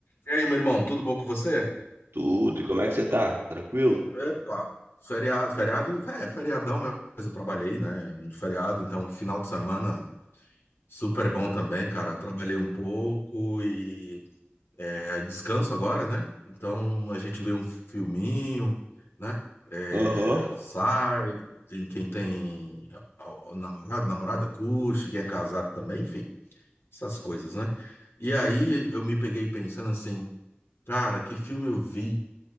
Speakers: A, on the left; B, on the right.
A: E aí, meu irmão, tudo bom com você?
B: Tudo. E como é que você tá? Tranquilo?
A: Epa, feriado, feriado, é, feriadão, mas eu trabalhei, né, no feriado, então final de semana super bom também, cara. Trabalhei um pouco e é, descanso agora, né? Então a gente vê um filminho, né? É,
B: Aham.
A: sai, tem quem tem ó, ó, namorado, namorada curte, quem é casado também, enfim, essas coisas, né? E aí eu me peguei pensando assim, cara, que filme eu vi?